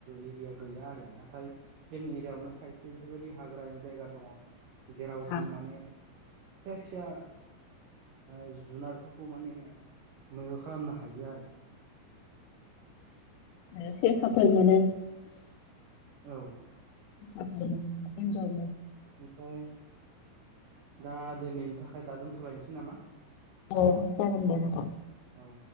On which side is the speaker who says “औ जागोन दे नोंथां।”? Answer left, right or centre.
Left